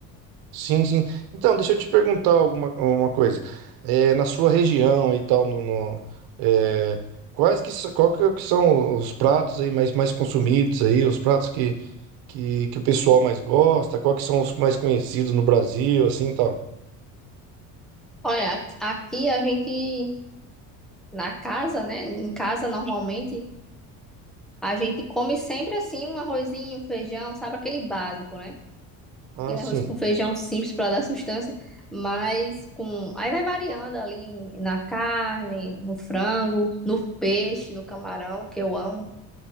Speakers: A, on the right; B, in the centre.
A: Sim, sim. Então, deixa eu te perguntar alguma uma coisa. É, na sua região e tal, no, no- é, quais que, s- qual que que são os pratos aí mais, mais consumidos aí, os pratos que, que, que o pessoal mais gosta, qual que são os mais conhecidos no Brasil, assim, e tal?
B: Olha, aqui a gente na casa, né, em casa normalmente A gente come sempre assim um arrozinho, um feijão, sabe? Aquele básico, né?
A: Ah,
B: Aquele
A: sim.
B: arroz com feijão simples para dar sustância, mas com. Aí vai variando ali em- na carne, no frango, no peixe, no camarão, que eu amo.